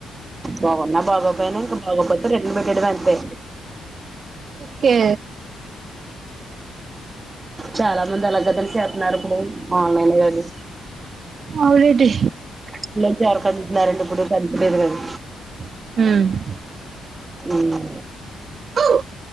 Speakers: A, on the right (about 25°); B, on the right (about 50°).
A: బాగున్నా, బాగోపోయినా ఇంక బాగోపోతే, రిటర్న్ పెట్టేయడమే అంతె.
B: కె
A: చాలా మంది అలగద్దని సేతున్నారు ఇప్పుడు ఆన్లైన్ ఎ అన్ని
B: అవులేడి.
A: ఇప్పనుంచి అరక దింతున్నారండి ఇప్పుడు కాని పేదవారు
B: మ్
A: మ్
B: అవు